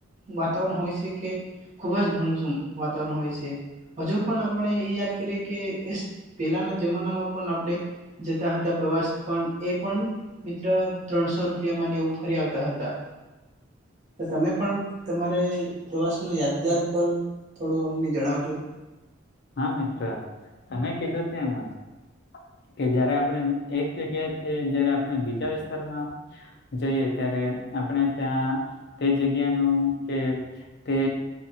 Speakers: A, on the right (about 40°); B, on the left (about 55°).
A: વાતાવરણ હોય છે કે ખુબ જ ઘણું વાતાવરણ હોય છે હજુ પણ આપણે એ યાદ કરીએ કે પેલાના જમાનામાં પણ આપણે જતા હતા પ્રવાસ પણ એ પણ મિત્ર ત્રણસો રૂપિયામાં ને એવું ફરી આવતા હતા. તો તમે પણ તમારે પ્રવાસ નો યાદગાર પલ થોડું અમને જણાવજો.
B: હા મિત્ર તમે કીધું છે એમજ કે જયારે આપણે એક જગ્યાથી જયારે આપણે બીજા વિસ્તારમાં જઈએ ત્યારે આપણે ત્યાં તે જગ્યાનું કે તે